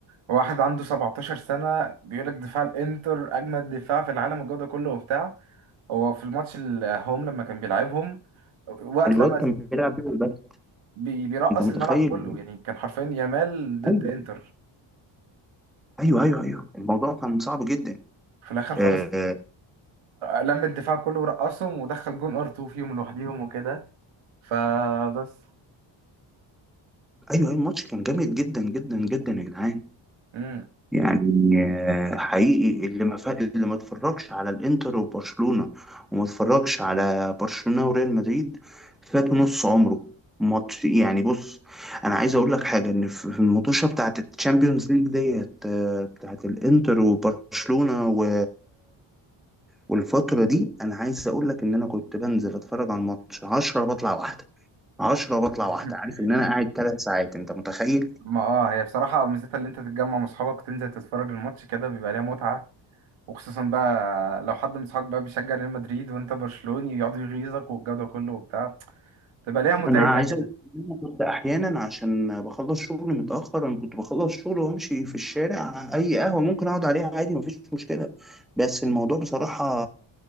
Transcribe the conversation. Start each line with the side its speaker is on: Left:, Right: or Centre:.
Right: واحد عنده 17 سنة بيقول لك دفاع الانتر اجمد دفاع في العالم والجو ده كله وبتاع هو في الماتش الهوم لما كان بيلعبهم وقت
Centre: الواد
Right: لما
Centre: كان بيلعب بيه بس
Right: بي- بيرقص
Centre: انت متخيل
Right: الملعب كله يعني كان حرفيا يامال ضد
Centre: ايوه
Right: انتر
Centre: ايوه ايوه ايوه الموضوع كان صعب جدا
Right: في الاخر
Centre: آه
Right: خالص
Centre: آه،
Right: لم الدفاع كله ورقصهم ودخل جون ار 2 فيهم لوحديهم وكده فبس
Centre: ايوه أيوة، الماتش كان جامد جدا جدا جدا يا جدعان
Right: امم
Centre: يعني آه، حقيقي اللي ما فا... اللي ما اتفرجش على الانتر وبرشلونة وما اتفرجش على برشلونة وريال مدريد فات نص عمره ماتش يعني بص انا عايز اقول لك حاجه ان في في المطوشه بتاعت الشامبيونز ليج ديت آه، بتاعت الانتر وبرشلونه و... والفتره دي انا عايز اقول لك ان انا كنت بنزل اتفرج على الماتش 10 بطلع واحده 10
Right: أوف.
Centre: بطلع
Right: <laughs>
Centre: واحده عارف ان انا قاعد 3 ساعات انت متخيل
Right: ما اه هي بصراحة ميزتها اللي انت تتجمع مع اصحابك وتنزل تتفرج الماتش كده بيبقى ليها متعة وخصوصا بقى لو حد من اصحابك بقى بيشجع ريال مدريد وانت برشلوني يقعد يغيظك والجو ده كله وبتاع تبقى ليها متعتها
Centre: انا عايز
Right: كده
Centre: اقول لك ان انا كنت احيانا عشان بخلص شغلي متاخر انا كنت بخلص شغل وامشي في الشارع اي قهوه ممكن اقعد عليها عادي مفيش مشكله بس الموضوع بصراحه